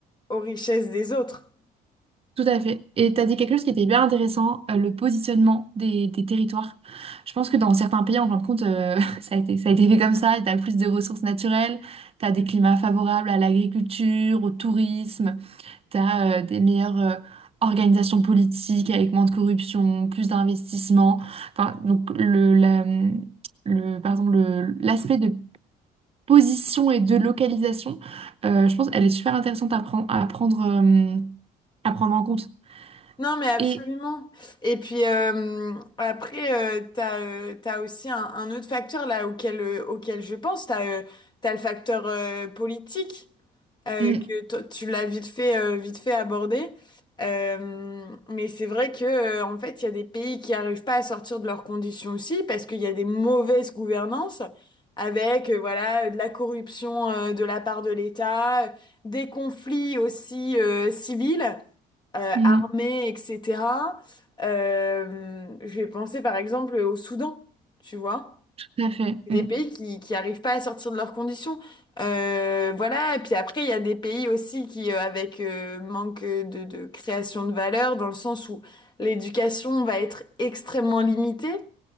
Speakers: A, on the left; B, on the right.
A: aux richesses des autres.
B: Tout à fait. Et tu as dit quelque chose qui était hyper intéressant, euh, le positionnement des, des territoires. Je pense que dans certains pays, en fin de compte, euh, <laughs> ça a été, ça a été fait comme ça. Tu as plus de ressources naturelles, tu as des climats favorables à l'agriculture, au tourisme, tu as des meilleures euh, organisations politiques avec moins de corruption, plus d'investissement. Enfin, donc, le, la- le, par exemple, le- l'aspect de position et de localisation, euh, je pense qu'elle est super intéressante à prendre, à prendre, euh, à prendre en compte.
A: Non, mais absolument.
B: Et
A: Et puis euh, après, euh, t'as, euh, t'as aussi un, un autre facteur là auquel, euh, auquel je pense. T'as, euh, t'as le facteur euh, politique. euh,
B: mm,
A: que to- tu l'as vite fait, euh, vite fait aborder. Euh, mais c'est vrai que, euh, en fait, il y a des pays qui n'arrivent pas à sortir de leurs conditions aussi parce qu'il y a des mauvaises gouvernances avec, euh, voilà, de la corruption, euh, de la part de l'État, euh, des conflits aussi, euh, civils, euh,
B: mm,
A: armés, etc. Euh, je vais penser par exemple au Soudan, tu vois
B: tout à fait, mm,
A: des pays qui qui arrivent pas à sortir de leurs conditions. Euh, voilà, et puis après, il y a des pays aussi qui, euh, avec euh, manque de, de création de valeur, dans le sens où l'éducation va être extrêmement limitée,